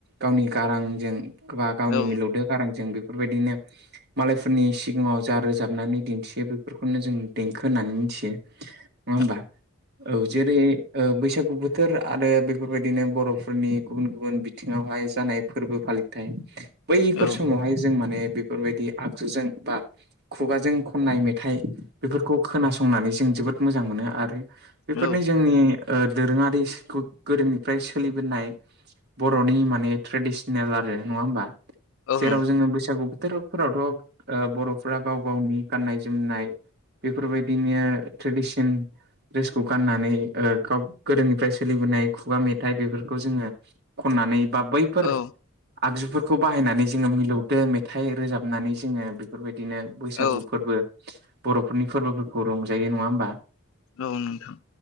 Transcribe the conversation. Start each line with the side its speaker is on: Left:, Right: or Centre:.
Right: गावनि गारांजों गावनि
Left: औ
Right: मिलौदो गारांजों बे। बेफोरबायदिनो। मालायफोरनि सिगाङाव जा रोजाबनानै दिन्थियो बेफोरखौनो जों देंखो होननानै मिथियो।
Left: ए
Right: नङा होमबा औ जेरै बैसागु बोथोर आरो बेफोर। बेफोरबायदिनो बर'फोरनि गुबुन गुबुन बिथिङावहाय जानाय फोरबो फालिथाय। बैफोर
Left: औ
Right: समावहाय जों माने बेफोरबायदि आगजुजों बा। खुगाजों खननाय मेथाइ बेफोरखौ खोनासंनानै जों जोबोद मोजां मोनो आरो। बेफोरनि
Left: औ
Right: जोंनि दोरोङारिखौ। गोदोनिफ्राय सोलिबोनाय बर'नि माने ट्रेडिसनेल आरो नङा होमबा।
Left: औ
Right: जेराव
Left: नोंथां
Right: जोङो बैसागु बोथोराव। फोरावथ' बर'फोरा गाव गावनि गाननाय जोमनाय। बेफोरबायदिनिया ट्रेडिसन। ड्रेसखौ गाननानै गाव गोदोनिफ्राय सोलिबोनाय। खुगा मेथाइ बेफोरखौ जोङो खननानै बा बैफोर।
Left: औ
Right: आगजुफोरखौ बाहायनानै जोङो मिलौदो मेथाइ रोजाबनानै जोङो बेफोरबायदिनो। बैसागु
Left: औ
Right: फोरबो बर'फोरनि फोरबोफोरखौ रंजायो नङा होमबा।
Left: औ नोंथां।